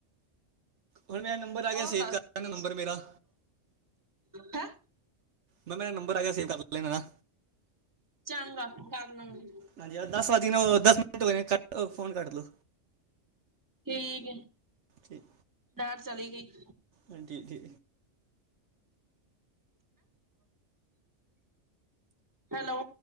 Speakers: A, on the right; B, on the right.
A: ਹੁਣ ਮੇਰਾ ਨੰਬਰ ਆ ਗਿਆ
B: ਹੋਰ
A: ਸੇਵ ਕਰ ਲੈਂਣਾ ਨੰਬਰ ਮੇਰਾ।
B: ਹੈ।
A: ਮੈਂ ਮੇਰਾ ਨੰਬਰ ਆ ਗਿਆ ਸੇਵ ਕਰ ਲੈ ਨਾ
B: ਚੰਗਾ ਕਰ ਲੂੰਗੀ
A: ਹਾਂਜੀ ਦਸ ਵਜ ਗਏ ਨਾ ਦਸ ਮਿੰਟ ਹੋਏ ਨਾ ਫੋਨ ਕੱਟ ਲੋ।
B: ਠੀਕ
A: ਠੀਕ
B: ਲੈਟ ਚਲੀ ਗਈ।
A: ਹਾਂਜੀ ਜੀ।
B: ਹੈਲੋ।